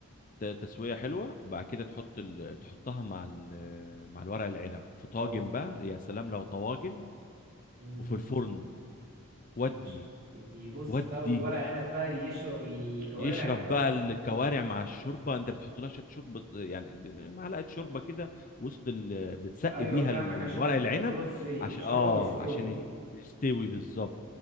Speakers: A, on the left; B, on the right.
A: ت- تسويه حلوه بعد كده تحط ال... تحطها مع ال... مع الورق العنب في طاجن
B: اه
A: بقى يا سلام لو طواجن
B: امم
A: وفي الفرن ودي
B: بص دي بص
A: ودي
B: بقى والورق عنب بقى يشرب الكوارع
A: يشرب
B: كده
A: بقى
B: اهو.
A: الكوارع مع الشوربه انت بتحط لها شويه شوربه يعني ب- معلقه شوربه كده وسط ال... بتسقي
B: ايوه
A: بيها
B: فاهمك
A: ال- الورق
B: عشان ال-
A: العنب
B: الرز يشربها
A: عشان اه
B: ويستوي
A: عشان يج- يستوي بالظبط